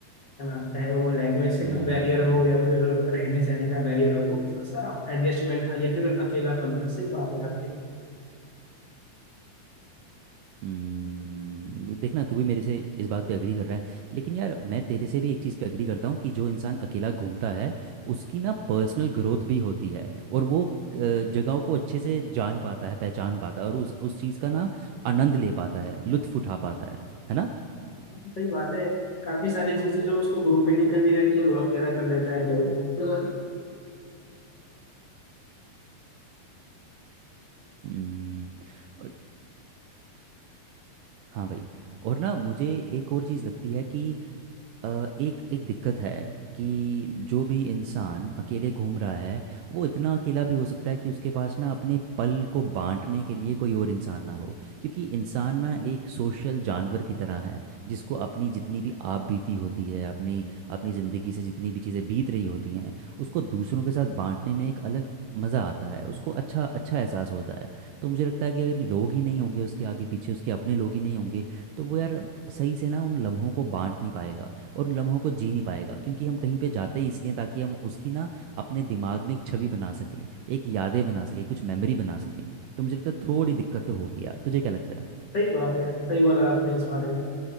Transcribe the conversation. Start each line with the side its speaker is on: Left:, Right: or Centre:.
Left: हाँ, चाहे वो लैंग्वेज का
Right: हम्म
Left: बैरियर हो या फिर रहने सहने का बैरियर हो वो थोड़ा सा एडजस्टमेंट या फिर अकेलापन का सही बात है आपकी
Right: हम्म, देखना तू भी मेरे से इस बात पे एग्री कर रहा है लेकिन यार मैं तेरे से भी एक चीज़ पे एग्री करता हूँ कि जो इंसान अकेला घूमता है उसकी ना पर्सनल ग्रोथ भी होती है और वो अ, जगहों को अच्छे से जान पाता है पहचान पाता है और उस उस चीज़ का ना आनंद ले पाता है लुत्फ उठा पाता है है ना
Left: सही बात है काफी सारी चीजें जो उसको ग्रुप में नहीं करनी रहती वो अकेला कर लेता है लोगों को
Right: हम्म, और- हाँ भाई और ना मुझे एक और चीज़ लगती है कि अ, एक एक दिक्कत है कि जो भी इंसान अकेले घूम रहा है वो इतना अकेला भी हो सकता है कि उसके पास ना अपने पल को बांटने के लिए कोई और इंसान ना हो क्योंकि इंसान ना एक सोशल जानवर की तरह है जिसको अपनी जितनी भी आप बीती होती है अपनी अपनी ज़िंदगी से जितनी भी चीज़ें बीत रही होती हैं उसको दूसरों के साथ बांटने में एक अलग मज़ा आता है उसको अच्छा अच्छा एहसास होता है तो मुझे लगता है कि अगर लोग ही नहीं होंगे उसके आगे पीछे उसके अपने लोग ही नहीं होंगे तो वो यार सही से ना उन लम्हों को बांट नहीं पाएगा और उन लम्हों को जी नहीं पाएगा क्योंकि हम कहीं पे जाते ही इसलिए ताकि हम उसकी ना अपने दिमाग में एक छवि बना सकें एक यादें बना सकें कुछ मेमोरी बना सकें तो मुझे लगता है थोड़ी दिक्कत तो होगी यार तुझे क्या लगता है
Left: सही बात है सही बोला आपने इस बारे में